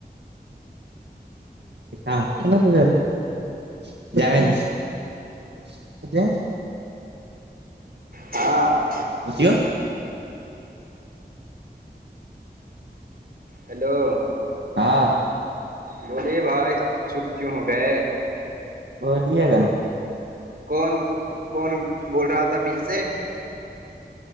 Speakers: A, on the right (about 85°); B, on the right (about 60°).
A: ہاںنا
B: ہاں
A: بسیو
B: ہیلو
A: ہاں
B: بولیے بھائی چپ کیوں ہو گئے
A: بولیے گا نا
B: کون کون بول رہا تھا پیچھے سے